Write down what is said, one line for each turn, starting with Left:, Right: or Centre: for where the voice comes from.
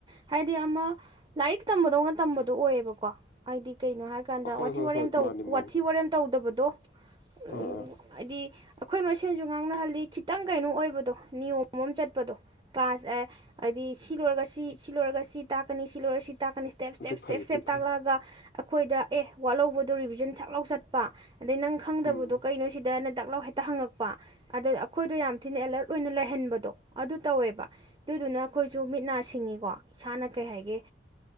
Right: ꯍꯥꯏꯗꯤ ꯑꯃ ꯂꯥꯏꯔꯤꯛ ꯇꯝꯕꯗꯧꯅ ꯇꯝꯕꯗꯣ ꯑꯣꯏꯌꯦꯕꯀꯣ ꯍꯥꯏꯗꯤ ꯀꯩꯅꯣ ꯍꯥꯏꯔꯀꯥꯟꯗ
Left: ꯍꯣꯏ
Right: ꯋꯥꯊꯤ
Left: ꯍꯣꯏ
Right: ꯋꯥꯔꯦꯝ
Left: ꯍꯣꯏ ꯃꯥꯅꯤ
Right: ꯋꯥꯊꯤ
Left: ꯃꯥꯅꯤ
Right: ꯋꯥꯔꯦꯝ ꯇꯧꯗꯕꯗꯣ ꯗꯣ ꯎ
Left: ꯑꯥ ꯑꯥ
Right: ꯑꯗꯤ ꯑꯩꯈꯣꯏ ꯃꯁꯦꯟꯁꯨ ꯉꯥꯡꯅꯍꯜꯂꯤ ꯈꯤꯇꯪ ꯀꯩꯅꯣ ꯑꯣꯏꯕꯗꯣ ꯅꯤꯌꯣꯝꯃ ꯆꯠꯄꯗꯣ ꯀ꯭ꯂꯥꯁ ꯑꯦ ꯍꯥꯏꯗꯤ ꯁꯤ ꯂꯣꯏꯔꯒ ꯁꯤ ꯁꯤ ꯂꯣꯏꯔꯒ ꯁꯤ ꯇꯥꯛꯀꯅꯤ ꯁꯤ ꯂꯣꯏꯔ ꯁꯤ ꯇꯥꯛꯀꯅꯤ ꯏꯁꯇꯦ ꯁ ꯏꯁꯇꯦꯞ
Left: ꯑꯗꯨ
Right: ꯏꯁꯇꯦꯞ꯭
Left: ꯐꯩ ꯑꯗꯨ
Right: ꯏꯁꯇꯦꯞ ꯇꯥꯛꯂꯛꯑꯒ
Left: ꯐꯩ
Right: ꯑꯩꯈꯣꯏꯗ ꯑꯦ ꯋꯥꯠꯍꯧꯕꯗꯣ ꯔꯤꯚꯤꯖꯟ ꯁꯛꯂꯧ ꯆꯠꯄ ꯑꯗꯩ ꯅꯪ ꯈꯪꯗꯕꯗꯣ
Left: ꯎꯝ
Right: ꯀꯩꯅꯣ ꯁꯤꯗ ꯅꯗ ꯄꯥꯛꯂꯥꯎ ꯍꯦꯛꯇ ꯍꯪꯉꯛꯄ ꯑꯗꯨꯗ ꯑꯩꯈꯣꯏꯗꯣ ꯌꯥꯝ ꯊꯤꯅ ꯑꯦꯂꯔꯠ ꯑꯣꯏꯅ ꯂꯩꯍꯟꯕꯗꯣ ꯑꯗꯨ ꯇꯧꯋꯦꯕ ꯑꯗꯨꯗꯨꯅ ꯑꯩꯈꯣꯏꯁꯨ ꯃꯤꯠ ꯅꯥ ꯁꯤꯡꯉꯤꯀꯣ ꯏꯁꯥꯅ ꯀꯩ ꯍꯥꯏꯒꯦ